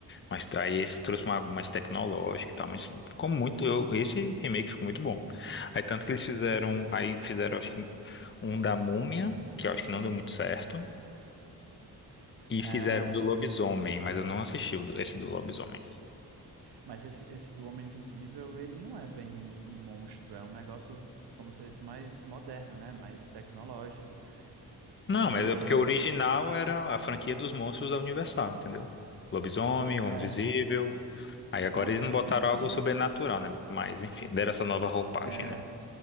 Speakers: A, on the left (about 30°); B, on the right (about 75°).
A: Mas aí esse trouxe uma, algo mais tecnológico e tal, mas ficou muito. Eu, esse remake ficou muito bom. Aí tanto que eles fizeram. Aí fizeram, acho que, um da Múmia, que eu acho que não deu muito certo. E
B: É,
A: fizeram do Lobisomem,
B: eu lembro.
A: mas eu não assisti o do- esse do Lobisomem.
B: Mas esse, esse do Homem Invisível, ele não é bem um monstro, é um negócio, como se disse, mais moderno, né? Mais tecnológico.
A: Não,
B: E
A: mas
B: eu
A: é porque
B: lembro.
A: o original era a franquia dos monstros da Universal, entendeu? Lobisomem, Homem
B: É.
A: Invisível. Aí agora
B: Não, com-
A: eles não
B: assim,
A: botaram
B: sim.
A: algo sobrenatural, né? Mas enfim, deram essa nova roupagem,
B: É,
A: né?